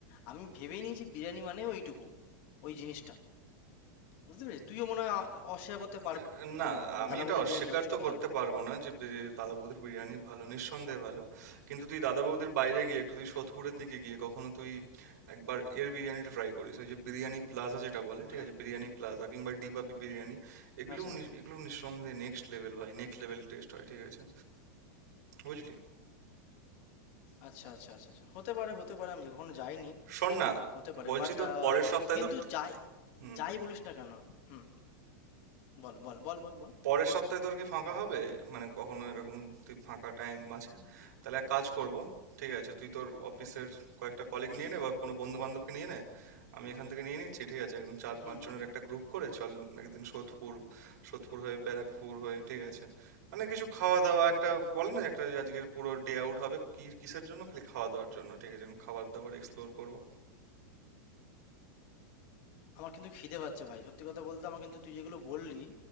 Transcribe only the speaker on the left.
আমি ভেবে নিয়েছি বিরিয়ানি মানে ওইটুকু ওই জিনিসটা বুঝতে পেরেছিস তুইও মনে হয় আ- অস্বীকার করতে পারবি
না মানে
দাদা
বৌদির
বিরিয়ানি যথেষ্ট
ভালো
হ্যাঁ
আচ্ছা
আচ্ছা আচ্ছা আচ্ছা আচ্ছা হতে পারে হতে পারে আমি কখনো যাইনি
হতে পারে
বাট
কিন্তু
যাই
যাই
বলিস না কেন হুম বল বল বল বল বল
কি
হুম
হুম
আমার কিন্তু খিদে পাচ্ছে ভাই সত্যি কথা বলতে আমার কিন্তু তুই যেগুলো বললি